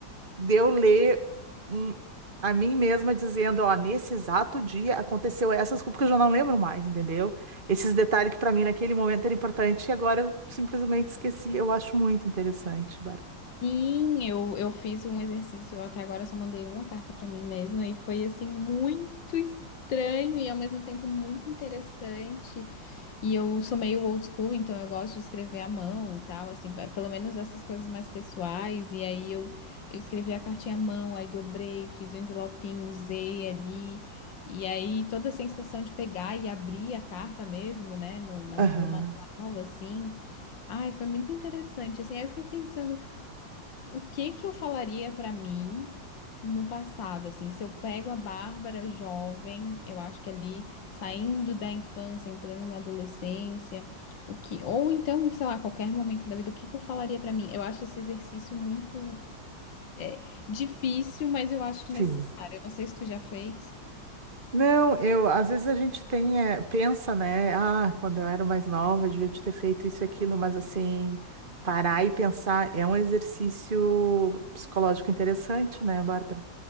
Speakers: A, on the right (about 30°); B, on the left (about 75°).
A: de eu ler um- a mim mesma dizendo, ó, nesse exato dia aconteceu essas coisas, porque eu já não lembro mais, entendeu? Esses detalhes que para mim naquele momento era importante e agora eu simplesmente esqueci. Eu acho muito interessante, Bárbara.
B: Sim, eu, eu fiz um exercício, eu até agora só mandei uma carta pra mim mesma e foi assim muito estranho e ao mesmo tempo muito interessante. E eu sou meio old school, então eu gosto de escrever à mão e tal, assim, pe- pelo menos essas coisas mais pessoais. E aí eu, eu escrevi a cartinha à mão, aí dobrei, fiz um envelopinho, usei ali. E aí toda a sensação de pegar e abrir a carta mesmo, né, no, na, no
A: Aham,
B: manual, assim. Ai, foi muito interessante, assim, aí eu fiquei pensando o que que eu falaria pra mim no passado, assim, se eu pego a Bárbara jovem, eu acho que ali saindo da infância, entrando na adolescência, o que, ou então, sei lá, qualquer momento da vida, o que que eu falaria pra mim? Eu acho esse exercício muito é, difícil, mas eu acho
A: sim.
B: necessário. Eu não sei se tu já fez.
A: Não, eu, às vezes a gente tem, eh, pensa, né? Ah, quando eu era mais nova, eu devia ter feito isso e aquilo, mas assim, parar e pensar é um exercício psicológico interessante, né, Bárbara?